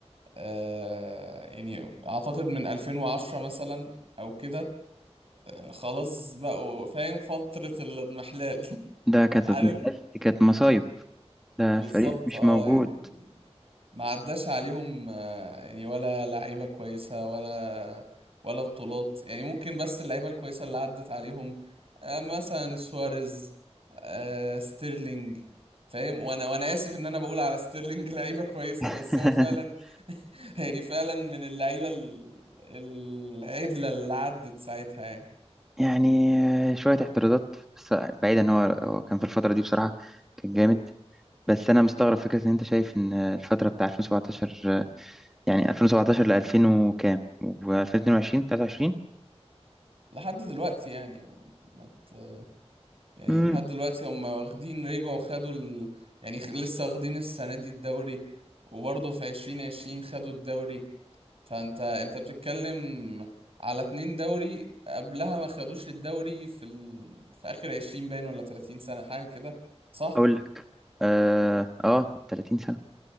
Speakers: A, on the right (about 60°); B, in the centre.
A: آه، يعني اعتقد من 2010 مثلا او كده آه، خلاص بقوا فاهم فترة الاضمحلال
B: ده
A: <laughs>
B: كانت
A: عارف
B: محلال دي كانت مصايب ده
A: بالظبط
B: فريق مش
A: اه
B: موجود
A: يعني ما عداش عليهم آه، يعني ولا لعيبة كويسة ولا ولا بطولات يعني ممكن بس اللعيبة الكويسة اللي عدت عليهم آه، مثلا سواريز آه، ستيرلينج فاهم وانا وانا اسف ان انا بقول على ستيرلينج <laughs> لعيبة كويسة
B: <laughs>
A: بس هو فعلا <laughs> يعني فعلا من اللعيبة ال- العدلة اللي عدت ساعتها يعني
B: يعني آه، شوية اعتراضات بس بعيدا ان هو هو كان في الفترة دي بصراحة كان جامد بس انا مستغرب فكرة ان انت شايف ان الفترة بتاع 2017 يعني 2017 ل 2000 وكام و2022 23
A: لحد دلوقتي يعني ما ت- يعني
B: امم
A: لحد دلوقتي هم واخدين رجعوا خدوا ال... يعني خ- لسه واخدين السنة دي الدوري وبرضه في عشرين عشرين خدوا الدوري فانت انت بتتكلم على اتنين دوري قبلها ما خدوش الدوري في ال... في اخر عشرين باين ولا تلاتين سنة حاجة كده صح؟
B: اقول لك اه آه، 30 سنة